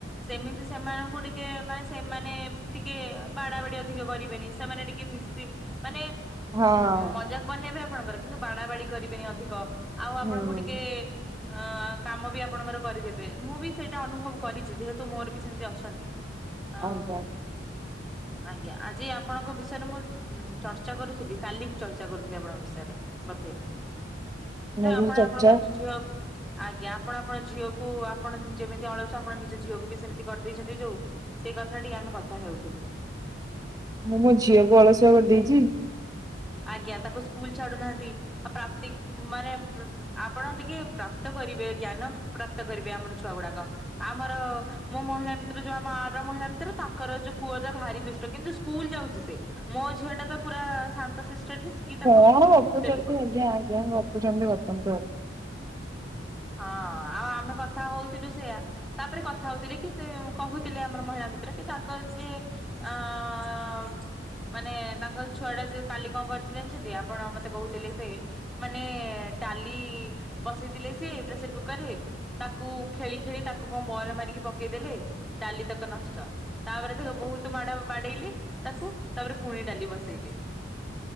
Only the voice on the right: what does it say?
ହଁ
ହୁଁ
ଆଜ୍ଞା
ମୁଁ
ବି ଚର୍ଚ୍ଚା
ମୁଁ ମୋ ଝିଅକୁ ଅଳସୁଆ କରିଦେଇଛି?
କଣ
ଗପୁଛନ୍ତି
ଆଜ୍ଞା ଆଜ୍ଞା ଗପୁଛନ୍ତି ଗପନ୍ତୁ ଆଉ।